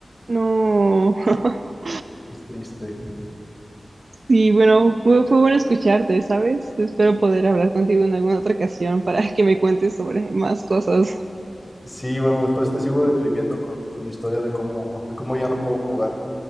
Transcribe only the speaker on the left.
Es triste.
Sí, bueno, después te sigo deprimiendo con, con mi historia de cómo, de cómo ya no puedo jugar.